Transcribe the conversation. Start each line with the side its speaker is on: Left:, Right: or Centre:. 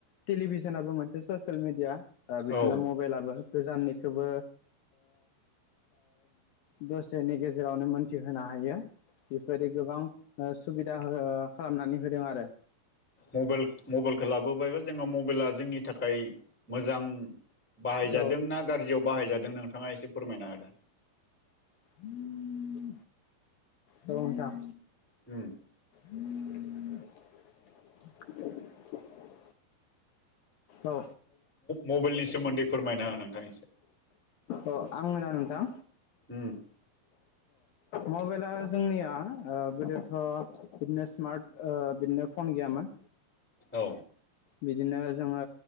Left: टेलिभिसनाबो मोनसे ससियेल मिडिया बिदिनो
Centre: औ
Left: मबाइलाबो गोजाननिखौबो दसेनि गेजेरावनो मोन्थिहोनो हायो हायो बेबायदि गोबां सुबिदा खालामनानै होदों आरो
Centre: मबाइल मबाइलखौ लाबोबायबा जोङो मबाइला जोंनि थाखाय मोजां बाहायजादों
Left: औ
Centre: ना गाज्रियाव बाहायजादों नों नोंथाङा एसे फोरमायना होदो
Left: औ नोंथां
Centre: हम
Left: <unintelligible> औ
Centre: मबाइलनि सोमोन्दै फोरमायना हो नोंथां इसे
Left: अ आं नोना नोंथां
Centre: हम
Left: मबाइला जोंनिया गोदोथ' बिदिनो स्मार्ट बि फन गैयामोन
Centre: औ
Left: बिदिनो जोङो